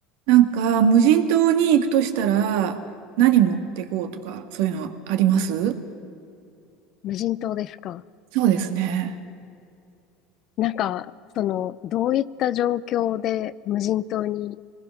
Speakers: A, on the right; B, on the left.
A: なんか、無人島に行くとしたら、何持ってこうとか、そういうのはあります
B: 無人島ですか。
A: そうですね。
B: なんか、その、どういった状況で無人島に